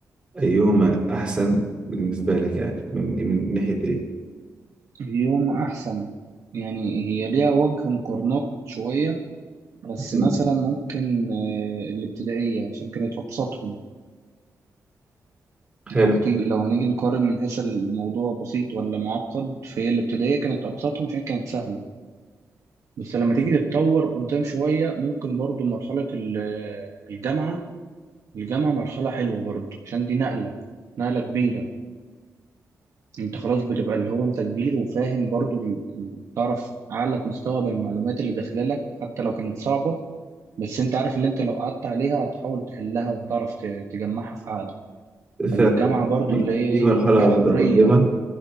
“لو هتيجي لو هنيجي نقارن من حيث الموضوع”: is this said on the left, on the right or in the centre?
Right